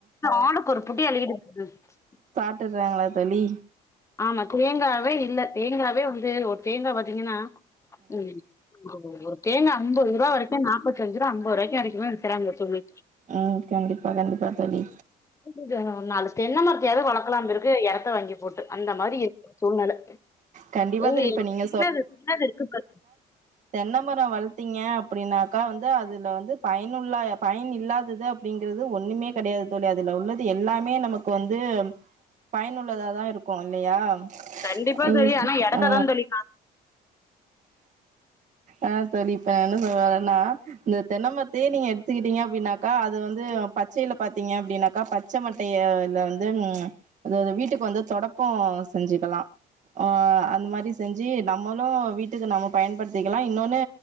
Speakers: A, on the left; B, on the right.
A: ஆலுக்ஒரு புடி அல்லிக்கட் <inaudible>
B: சாட்டுர்றாங்ளா தோழி
A: ஆமா தேங்காவே இல்ல தேங்காவே வந்து ஒரு தேங்கா பாத்தீங்கன்னா ம் ஒரு தேங்கா அம்பதுரூவா வரைக்கு நாப்பத்ஞ்ரூவா அம்பது ரூவாய்க்கு வரக்குமே விக்குறாங்க தோழி
B: அ கண்டிப்பா கண்டிப்பா தோழி
A: <unintelligible> நாலு தென்னமரத்யாது வளக்கலாம் பெருக்கு எடத்த வாங்கி போட்டு அந்த மாரி இருக்கு சூழ்நலை
B: கண்டிப்பா
A: அ <unintelligible>
B: தோழி இப்ப நீங்க
A: சின்னது பின்னது இருக்குப்பாரு
B: தென்னை மர வள்த்திங்க அப்படினாக்கா வந்து அதுல வந்து பயனுள்ள பயன் இல்லாதது அப்படிங்கறது ஒண்ணுமே கெடையாது தோழி அதுல உள்ளது எல்லாமே நமக்கு வந்து பயனுள்ளதா இருக்கு இல்லயா
A: கண்டிப்பா
B: நீங்கஸ்
A: தோழி ஆனா எடத்ததா
B: அ
A: தோழி
B: அ தோழி ப்ப என்ன சொல்ல வரன்னா இந்த தென்னை மர்த் தே நீங்க எடுத்துக்கிட்டீங்க அப்டினாக்கா அது வந்து பச்சையில பாத்தீங்க அப்டினாக்கா பச்சை மட் டையல வந்து அதாது வீட்டுக்கு வந்து தொடப்பொ செஞ்சுக்கலா அ அந்த மாரி செஞ்சு நம்மளு வீட்டுக்கு நம்ம பயன்படுத்திகலா இன்னொன்னு